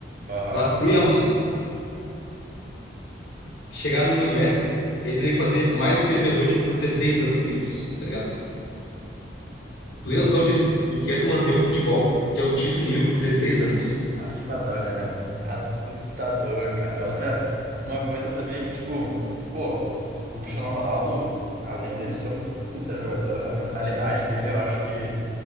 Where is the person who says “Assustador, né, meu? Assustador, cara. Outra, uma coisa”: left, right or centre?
Right